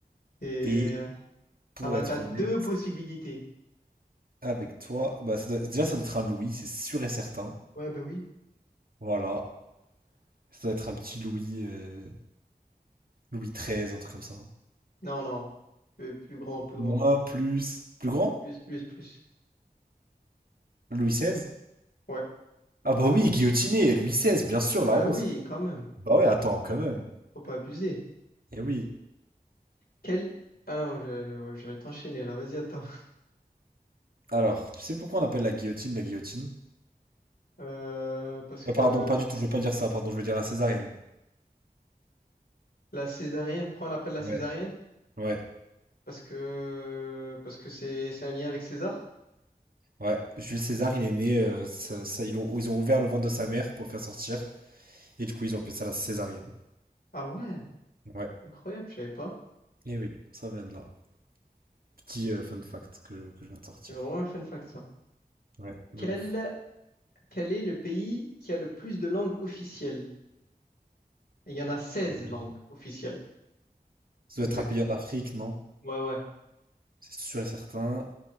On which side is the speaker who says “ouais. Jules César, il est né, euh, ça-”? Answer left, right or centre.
Right